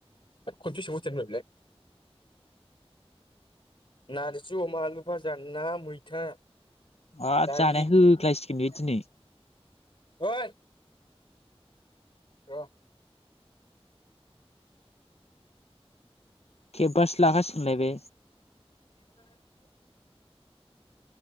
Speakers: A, on the left; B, on the left.
A: थोद खनबोसे सोंहरबाय थादों ब्रा बेलाय। नारजि अमा, आलु भाजा, ना मैथा,
B: हाब
A: दालि
B: जानाय होखलायसि गोन बे दिनै।
A: अइ र'
B: खेबासो लाखासिगोन लाय बे?
A: <inaudible>